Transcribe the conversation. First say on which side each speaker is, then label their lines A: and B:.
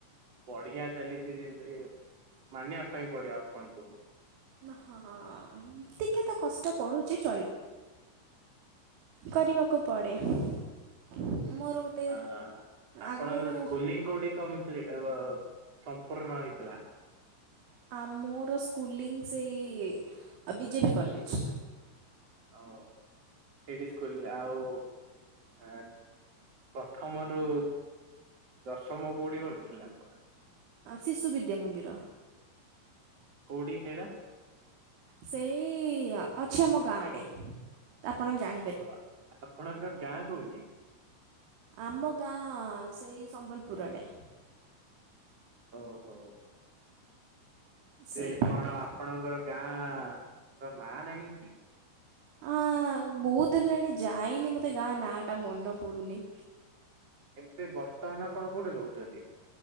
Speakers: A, on the right; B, on the right.
A: ବଢିଆ ଚାଲିଚି ଯେମିତି ମାନିବା ପାଇଁ ପଡ଼ିବ ଆପଣଙ୍କୁ।
B: ହଁ ଟିକେ ତ କଷ୍ଟ ପଡୁଚି ଚଳିବ। କରିବାକୁ ପଡେ ମୋର ଗୋଟେ
A: ଆ ଆପଣଙ୍କର
B: ଆଗରୁ
A: ସ୍କୁଲିଂ କୋଉଠି କମପ୍ଲି ସମ୍ପୂର୍ଣ ହେଇଥିଲା?
B: ଆ ମୋର ସ୍କୁଲିଂ ସେଇ ବିଜେପି କଲେଜ
A: ହଉ ସେଇଠି ସ୍କୁଲ ଆଉ ଏଁ ପ୍ରଥମରୁ ଦଶମ କୋଉଠି ପଢିଥିଲେ ଆପଣ?
B: ଶିଶୁ ବିଦ୍ୟା ମନ୍ଦିର।
A: କଉଠି ସେଇଡା?
B: ସେଇ ଅଛି ଆମ ଗାଁ ଆଡେ। ତ ଆପଣ ଜାଣି
A: ଅହ ଆପଣଙ୍କ ଗାଁ କୋଉଠି?
B: ଆମ ଗାଁ ସେଇ ସମ୍ବଲପୁର ଆଡେ।
A: ଓହୋ।
B: ସେଇ
A: ଚେ
B: ପଟେରେ।
A: କଣ ଆପଣଙ୍କର ଗାଁ ର ନା ନାହିଁ କି?
B: ଆ ବହୁତ ଦିନ ହେଲାଣି ଯାଇନି ମତେ ଗାଁ ନା ଟା ମନେ ପଡୁନି।
A: ଏବେ ବର୍ତ୍ତମାନ ଆପଣ କୋଉଠି ରହୁଚନ୍ତି?